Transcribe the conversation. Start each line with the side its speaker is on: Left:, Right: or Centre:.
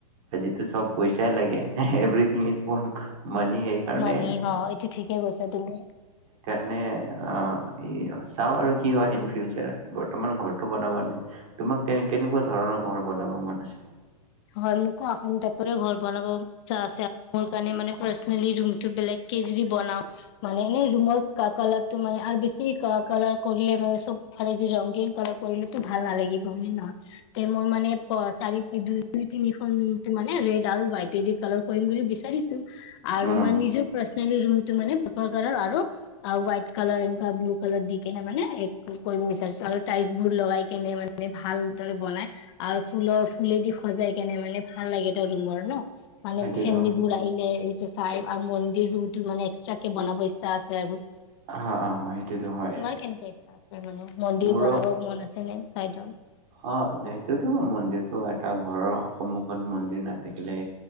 Right: যিটো চব পইচাই লাগে এভথিং ইজ। মানে সেইকাৰণে
Left: মানি অ', এইটো ঠিকে কৈছা তুমি
Right: অঁ অঁ ই অ চাও আৰু কি হয় ইন ফিউচাৰ বৰ্তমান ঘৰটো বনাব তোমাক কে কেনেকুৱা ধৰণৰ ঘৰ বনাব মন আছে?
Left: হয় মোকো আচাম টাইপৰে ঘৰ বনাব ই্ছা আছে আৰু মোৰ কাৰণে মানে পাৰ্চনেলি ৰুমটো বেলেগকে যদি বনাও মানে এনে ৰুমৰ কালাৰটো মানে আৰু বেছি কালাৰ কৰিলে অম চব ফালে যদি ৰংগীন কালাৰ কৰিলেটো ভাল নালাগিব হয়নে নহয়। মই মানে প চাৰি <unintelligible> তিনিখন ত মানে ৰেড আৰু হোৱাইটেদি কালাৰ কৰিম বুলি বিচাৰিছো। আৰু
Right: উম,
Left: মই নিজৰ প্ৰচ মোৰ ৰুমটো মানে পাৰপল কালাৰ আৰু আৰু হোৱাইট কালাৰ এনকা ব্লু কালাৰ দি কেনে মানে এটো কৰিব বিছাৰিছো আৰু টাইলছ বোৰ লগাই কিনে মানে ভালদৰে বনাই আৰু ফুলৰ ফুলেদি সজাই কেনে মানে ভাল লাগে ত ৰুমৰ ন। মানে
Right: সেইটোতো
Left: ফেমিলি
Right: হয়।
Left: বোৰ আহিলে। চাই আৰু মন্দিৰ ৰুম টো মানে এক্সট্ৰাকে বনাব ইচ্ছা আছে আৰু তোমাৰ
Right: হা, হা, সেইটোতো হয়
Left: কেনেকুৱা ইচ্ছা আছে মানে মন্দিৰ
Right: মোৰো
Left: বনাব মন আছেনে চাইডত
Right: অ সেইটো তো মন্দিৰটো এটা ঘৰৰ সন্মুখত মন্দিৰ নাথাকিলে